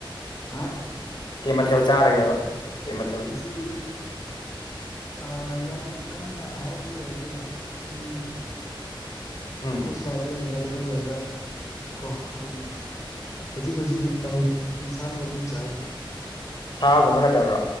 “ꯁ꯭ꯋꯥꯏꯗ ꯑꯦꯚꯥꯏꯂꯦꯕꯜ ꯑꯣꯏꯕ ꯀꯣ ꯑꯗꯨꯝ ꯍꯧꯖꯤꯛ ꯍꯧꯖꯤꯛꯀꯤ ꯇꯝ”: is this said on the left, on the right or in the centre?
Left